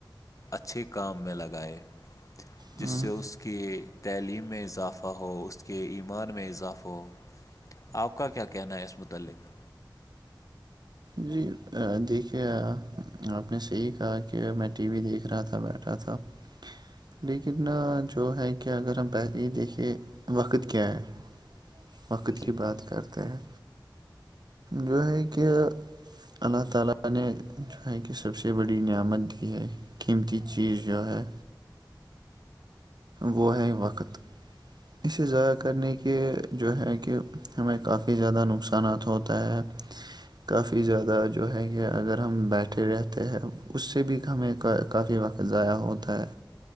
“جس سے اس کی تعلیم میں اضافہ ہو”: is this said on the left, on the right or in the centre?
Left